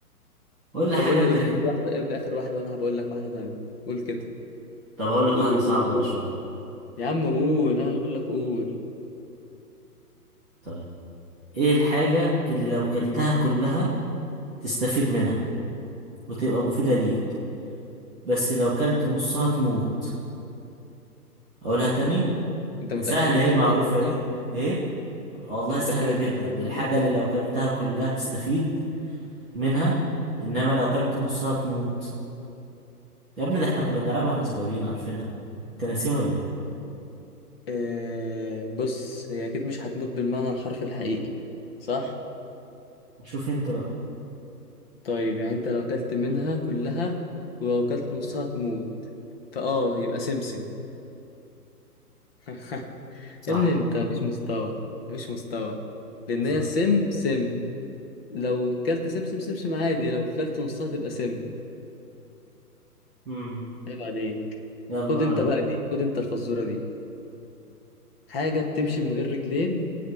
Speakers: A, in the centre; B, on the left.
A: قول لي
B: طب
A: حاجة
B: قول
A: انت
B: لي قول
A: كده
B: لي اخر واحده قول لي اخر واحده وانا هبقول لك واحده ثانيه قول كده
A: طب هقول لك
B: قول
A: واحدة صعبة
B: قول قول
A: بقى
B: قول
A: شوية
B: يا عم قول انا اللي بقول لك قول
A: طيب ايه الحاجة اللي لو كلتها
B: مم.
A: كلها تستفيد منها وتبقى مفيدة ليك بس لو كلت نصها تموت اقولها تاني
B: انت متاكد
A: سهلة
B: انك
A: ايه
B: بتقول
A: معروفة
B: حاجات سهله
A: ايه ايه والله سهلة
B: متاكد انك
A: جدا
B: بتقول حاجات سهله
A: الحاجة اللي لو كلتها كلها تستفيد منها انما لو كلت نصها تموت يا ابني ده احنا كنا بنلعبها واحنا صغيرين عارفينها انت ناسيها ولا ايه
B: آه بص هي اكيد مش هتموت بالمعنى الحرفي الحقيقي صح
A: شوف انت بقى
B: طيب يعني انت لو كلت منها كلها ولو كلت نصها تموت فاه يبقى سمسم <laughs>
A: صح
B: يا ابني انت مفيش مستوى مفيش مستوى لان
A: صح
B: هي سم سم لو كلت سمسم سمسم عادي لو كلت نصها تبقى سم
A: امم
B: عيب عليك
A: يلا
B: خد
A: انا
B: انت
A: بقى
B: بقى دي خد انت الفزورة دي حاجة بتمشي من غير رجلين